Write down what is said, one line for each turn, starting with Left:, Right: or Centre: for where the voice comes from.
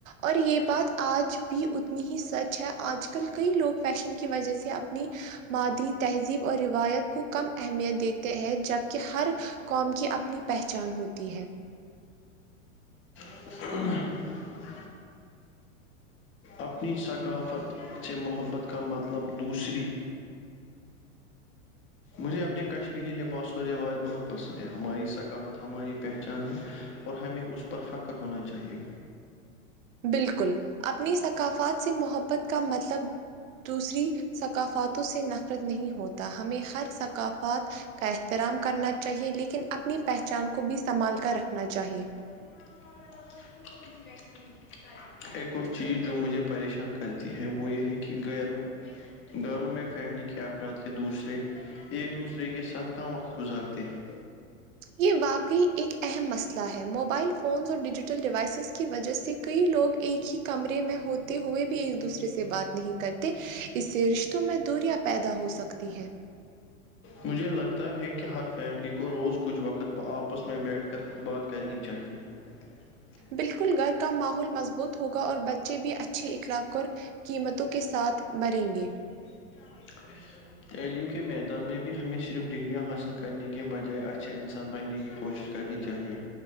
Right: اور یہ بات آج بھی اتنی ہی سچ ہے آج کل کئی لوگ فیشن کی وجہ سے اپنی مادری تہذیب اور روایت کو کم اہمیت دیتے ہیں جبکہ ہر قوم کی اپنی پہچان ہوتی ہے
Left: ہ اپنی ثقافت سے محبت کا مطلب دوسری مجھے اپنے کشمیری لباس و روایت بہت پسند ہے ہماری ثقافت ہماری پہچان ہے اور ہمیں اس پر فخر ہونا چاہیے
Right: بالکل اپنی ثقافات سے محبت کا مطلب دوسری ثقافتوں سے نفرت نہیں ہوتا ہمیں ہر ثقافت کا احترام کرنا چاہیے لیکن اپنی پہچان کو بھی سنبھال کر رکھنا چاہیے
Left: آ پتا لگا کون س ویکسینائے ایک اور چیز جو مجھے پریشان کرتی ہے وہ یہ ہے کہ غیرو گھروں میں فیملی کے افراد کے دوسرے ایک دوسرے کے ساتھ کم وقت گزارتے ہیں
Right: یہ واقعی ایک اہم مسئلہ ہے موبائل فونس اور ڈیجیٹل ڈیوائسیز کی وجہ سے کئی لوگ ایک ہی کمرے میں ہوتے ہوئے بھی ایک دوسرے سے بات نہیں کرتے اس سے رشتوں میں دوریاں پیدا ہو سکتی ہے
Left: مجھے لگتا ہے کہ ہر فیملی کو روز کچھ وقت آپس میں بیٹھ کر بات کرنی چاہیے ا
Right: بالکل گھر کا ماحول مضبوط ہوگا اور بچے بھی اچھے اخلاق اور قیمتوں کے ساتھ بھریں گے
Left: <inaudible> تعلیم کے میدان میں بھی ہمیں صرف ڈگگریاں حاصل کرنے کے بجائے اچھا انسان بننے کی کوشش کرنی چاہیے